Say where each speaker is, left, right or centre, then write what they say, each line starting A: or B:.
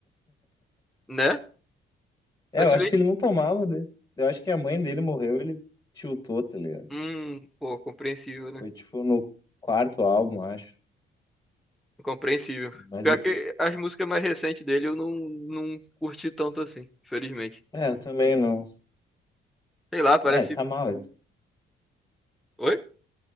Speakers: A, in the centre; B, on the left.
A: né?
B: É,
A: Mas
B: eu
A: se
B: acho
A: bem.
B: que ele não tomava, né? Eu acho que a mãe dele morreu, ele tiltou, tá ligado?
A: Hum, pô, compreensível, né?
B: Foi tipo no quarto álbum, acho.
A: Compreensível.
B: Mas
A: Pior
B: o-
A: que as músicas mais recentes dele eu não, não curti tanto assim, infelizmente.
B: é, eu também não.
A: Sei lá, parece.
B: É, tá mal.
A: Oi?